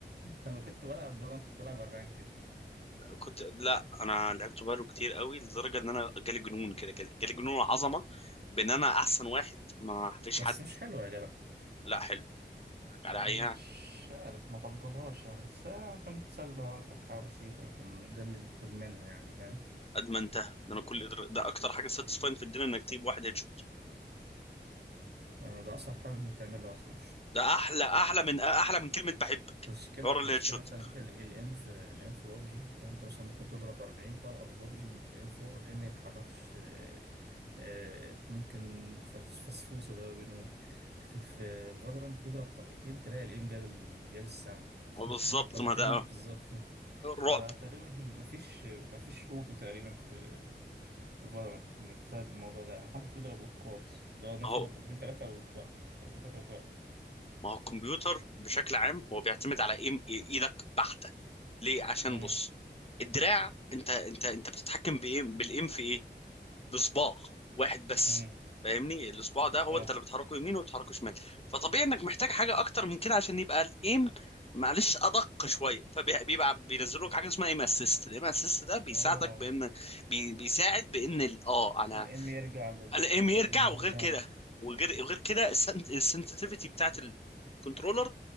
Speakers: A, on the right; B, on the left.
A: لما كنت بلعب فالنت كنت بلعب أربعة كده
B: كنت لا انا لعبت بالو كتير قوي لدرجه ان انا جالي جنون كده جالي جالي جنون عظمه بان انا احسن واحد ما فيش
A: بس
B: حد
A: مش حلوة يا جدع
B: لا حلو على
A: مش
B: اي
A: عارف ما فضلهاش يعني بس هي ممكن تسلي بيها وقتك حاجة بسيطة يعني مش ده اللي تضمنها يعني فاهم
B: قد ما انتهى ده انا كل ده ده اكتر حاجه ساتسفاين في الدنيا انك تجيب واحد هيد شوت
A: آه، ده أصعب حاجة ممكن تعملها أصلا
B: ده احلى احلى من احلى من كلمه بحبك
A: المشكلة
B: حوار
A: المشكلة
B: الهيد شوت
A: مثلا الام في الام في بابجي يعني انت مثلا ممكن تضرب 40 طلقة في بابجي بالام 4 الام ما يتحركش آه، آه، ممكن فس- فسفوسة زي ما بنقول لكن في فالورانت تضرب طلقتين تلاقي الام جاب ال... جاب السما
B: بالظبط
A: <laughs> طلقتين
B: ما ده
A: بالظبط فتقريبا
B: رعب
A: مفيش مفيش اوتو تقريبا في في فالورانت بسبب الموضوع ده يعني محدش بيضرب اوتو خالص ده الناس
B: اهو
A: تضرب طلقتين ثلاثة وتوقف طلقتين ثلاثة وتوقف
B: ما هو الكمبيوتر بشكل عام هو بيعتمد على ايم ايدك بحته ليه عشان
A: امم
B: بص الدراع انت انت انت بتتحكم بايه بالايم في ايه بصباع واحد بس
A: امم
B: فاهمني الصباع ده هو
A: اه
B: انت اللي بتحركه يمين وبتحركه شمال فطبيعي انك محتاج حاجه اكتر من كده عشان يبقى الايم معلش ادق شويه فبيبقى بينزلوا لك حاجه اسمها ايم اسيست الايم اسيست ده بيساعدك
A: اه
B: بان بي بيساعد بان ال- اه انا
A: الام يرجع لل...
B: الايم يرجع
A: للمكانه
B: وغير كده وغير غير كده السنسitivity بتاعت الكنترولر